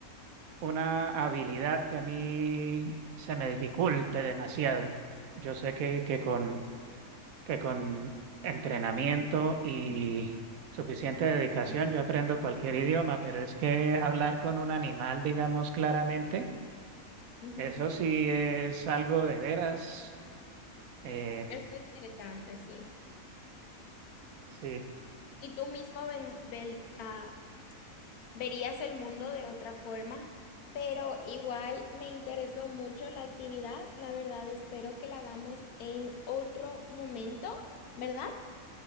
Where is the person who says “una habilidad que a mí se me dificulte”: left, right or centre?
Right